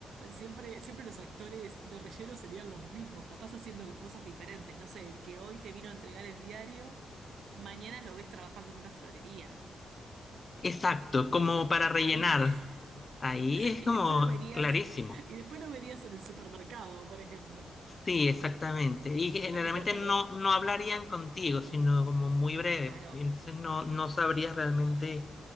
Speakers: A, on the right; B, on the left.
A: siempre, siempre los actores de relleno serían los mismos, capaz haciendo cosas diferentes. No sé, el que hoy te vino a entregar el diario, mañana lo ves trabajando en una florería.
B: exacto, como para rellenar.
A: Ahí,
B: Ahí
A: <laughs>
B: es
A: y
B: como
A: después lo verías,
B: clarísimo.
A: y después lo verías en el supermercado, por ejemplo.
B: Sí, exactamente. Y generalmente
A: <laughs> Es verdad.
B: no, no hablarían contigo, sino como muy breve.
A: Claro.
B: Y Entonces no, no sabrías realmente